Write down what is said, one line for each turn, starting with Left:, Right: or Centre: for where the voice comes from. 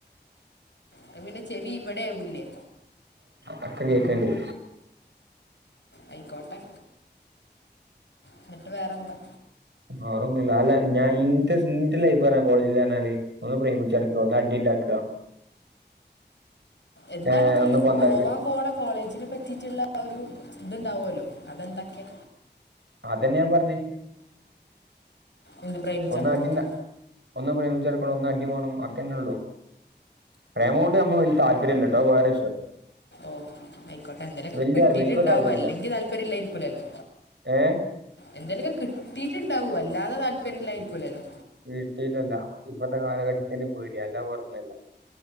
Left: അത് പിന്നെ ചെവി ഇവിടെ ആവുല്ലേ
Right: ആ കേക്നില്ലേ
Left: അയിക്കോട്ടെ എന്നിട്ട് വേറെ എന്താ
Right: വേറൊന്നും അല്ല ഞാൻ ഇന്റെ ഇന്റെ ലൈഫ് പറഞ്ഞ കോളേജില് പറഞ്ഞാല് ഒന്ന് പ്രേമിച്ചടുക്ക ഒന്ന് അടി ഇണ്ടാക്ക
Left: എന്താണിഞ്ഞ്
Right: ഏഹ് ഒന്ന് പന്തളിച്ച
Left: പോവാൻ പോണ കോളേജിൽ പറ്റിട്ടുള്ള ഒരു ഇതുണ്ടാവുല്ലോ അത് എന്തൊക്കെ
Right: അതന്നെയാ ഞാൻ പറഞ്ഞെ
Left: എന്ത് പ്രേമിച്ച്
Right: ഒന്ന്
Left: നടക്കണന്നോ
Right: അടി ഒന്ന് പ്രേമിച്ചടുക്കണം ഒന്ന് അടി വേണം അക്കന്നെ ഉള്ളു പ്രേമം കൊണ്ട് നമ്മ വലിയ താല്പര്യല്ലട്ടോ വേറെ വിഷയം
Left: ഓഹ് ആയിക്കോട്ടെ എന്തേലൊക്കെ
Right: വലിയ
Left: കിട്ടിട്ടുണ്ടാവോ
Right: താല്പര്യം എനിക്കൊരു താല്പര്യമില്ല
Left: അല്ലെങ്കി താല്പര്യം ഇല്ലായിരിക്കൂലല്ലോ
Right: ഏഹ്
Left: എന്തേലൊക്കെ കിട്ടീട്ടുണ്ടാവും അല്ലാതെ താല്പര്യം ഇല്ലായിരിക്കൂലല്ലോ
Right: കിട്ടീട്ടല്ല ഇപ്പത്തെ കാലഘട്ടത്തിന് പേടിയാ അല്ലാ വേറൊന്നും അല്ല